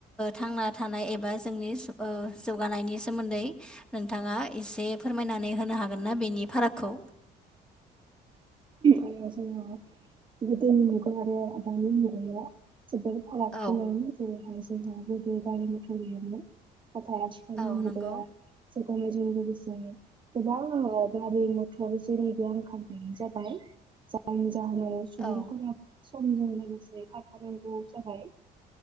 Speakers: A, in the centre; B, on the right (about 30°).
A: थांना थानाय एबा जोंनि जौगानायनि नि सोमोन्दै नोंथाङा एसे फोरमायनानै होनो हागोन ना बेनि फारागखौ
B: ओ नोंथां गोदोनि मुगा आरो दानि मुगा जोबोद फाराग
A: औ
B: गोनां जेरैहाय जोंहा गोदो गारि मथर गैयामोन। नाथाय थाय आथिखालनि
A: औ
B: मुगाया
A: नंगौ
B: जों लोगोसे गोबां गारि मटर जनै बे आंखाल गानो जाबाय जायनि जाहोनाव सुबुंफोरा
A: औ
B: समजों लोगोसे खारफानांगौ जाबाय